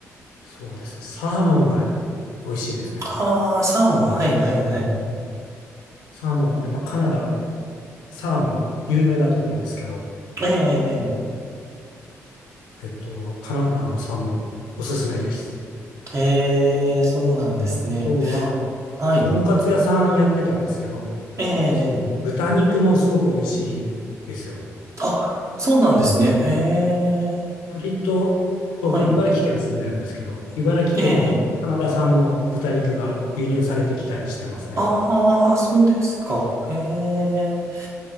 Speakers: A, on the left (about 80°); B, on the right (about 40°).
A: そうですね、サーモンが美味しいですね。
B: ああ、サーモン。はい、はい、はい。
A: サーモン、やっぱカナダ、サーモン有名だと思うんですけど、
B: ええ、
A: えっと、カナダのサーモンおすすめです。
B: ええ、ええそうなんですね。
A: あとは、
B: はい。
A: とんかつ屋さんやってたんですけど、
B: ええ、
A: その豚肉もすごく美味しいですよ。
B: ええあ、そうなんですね。ええ、
A: 割と、
B: はい。
A: 僕、茨城県住んでるんですけど、茨城県にもカナダ産の豚肉が輸入されてきたりしてますね。
B: ええ、ああ、そうですか。ええ。